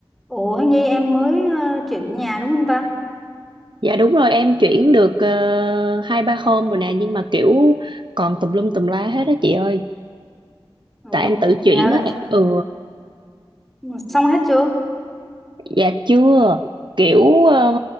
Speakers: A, in the centre; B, on the right (about 55°).
A: Ủa Nhi em mới ờ, chuyển nhà đúng không ta?
B: Dạ đúng rồi em chuyển được ờ, hai ba hôm rồi nè nhưng mà kiểu còn tùm lum tùm lá hết á chị ơi
A: Ủa
B: tại em tự
A: vậy
B: chuyển
A: hả?
B: á em- ừ
A: Ừ, Xong hết chưa?
B: Dạ chưa kiểu ờ,